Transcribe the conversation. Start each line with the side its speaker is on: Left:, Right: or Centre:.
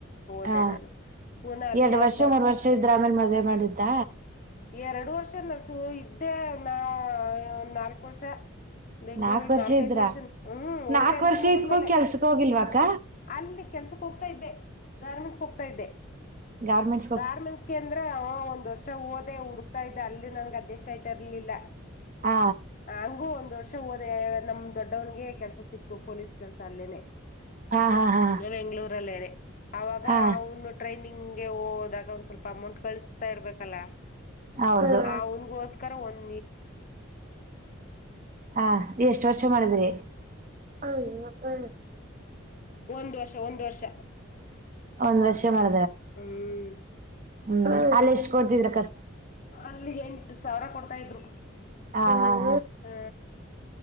Left: ಹೋದೆ
Right: ಹಾ
Left: ನಾನು ಪೂಣ ಅಲ್ಲಿಯ
Right: ಎರಡು ವರ್ಷ
Left: ದೊಡ್.
Right: ಮೂರ್ ವರ್ಷ ಇದ್ರ ಆಮೇಲೆ ಮದ್ವೆ ಮಾಡಿದ್ದ
Left: ಎರಡು ವರ್ಷ ನಸು ಇದ್ದೆ ನಾ ಒಂದ್ ನಾಲ್ಕು ವರ್ಷ. ಬೆಂಗ್ಳೂರಲ್ಲಿ
Right: ನಾಕ್ ವರ್ಷ
Left: ನಾಲ್ಕೈದ್
Right: ಇದ್ರ
Left: ವರ್ಷನ ಹ್ಮ್
Right: ನಾಕ್
Left: ಊಟ ಎಂತ
Right: ವರ್ಷ
Left: ಮುಗಿದ್ಮೇಲೆ.
Right: ಇದ್ಕೋ ಕೆಲ್ಸಕ್ ಹೋಗಿಲ್ವಾಗ
Left: ಅಲ್ಲಿ ಕೆಲ್ಸಕ್ ಹೋಗ್ತಾ ಇದ್ದೆ ಗಾರ್ಮೆಂಟ್ಸ್ ಹೋಗ್ತಾ ಇದ್ದೆ.
Right: ಗಾರ್ಮೆಂಟ್ಸ್.
Left: ಗಾರ್ಮೆಂಟ್ಸ್ಗೆ ಅಂದ್ರ ಒಂದ್ ವರ್ಷ ಹಓದೆ ಹುಡುಕ್ತಾ ಇ್ದ ಅಲ್ಲಿ ನನ್ಗ್ ಅಡ್ಜಸ್ಟ್ ಆಯ್ತಾ ಇರ್ಲಿಲ್ಲ.
Right: ಹ.
Left: ಹ ಹಂಗು ಒಂದ್. ಒಂದ್ ವರ್ಷ ಹೋದೆ ನಮ್ ದೊಡ್ಡವನಿಗೆ ಕೆಲ್ಸ ಸಿಕ್ತು ಪೊಲೀಸ್ ಕೆಲ್ಸ ಅಲ್ಲೇನೆ.
Right: ಹಾ ಹಾ ಹಾ
Left: ನಿ ಬೆಂಗ್ಳೂರ ಅಲ್ಲೇನೆ. ಅವಾಗ
Right: ಹಾ
Left: ಅವನು ಟ್ರೈನಿಂಗ್ಗೆ ಹೋದಾಗ ಒಂದ ಸ್ವಲ್ಪ ಅಮೌಂಟ್ ಕಳಿಸತಾ ಇರ್ಬೇಕಲ್ಲ.
Right: ಹೌದು
Left: ಆ ಅವನ್ಗೋಸ್ಕರ ಒಂದ.
Right: ಹಾ ಎಷ್ಟ್ ವರ್ಷ ಮಾಡಿದ್ರಿ. <inaudible> ಹ
Left: ಒಂದ್ ವರ್ಷ ಒಂದ್ ವರ್ಷ
Right: ಒಂದು ಮಾಡ
Left: ಹ್ಮ್
Right: ಹ್ಮ ಅಲ್ಲಿ ಎಷ್ಟ ಕೊಡ್ತಿದ್ರ.
Left: ಅಲ್ಲಿ ಎಂಟು ಸಾವಿರ ಕೊಡ್ತಾ ಇದ್ರು.
Right: ಹಾ ಹ.
Left: ಹು.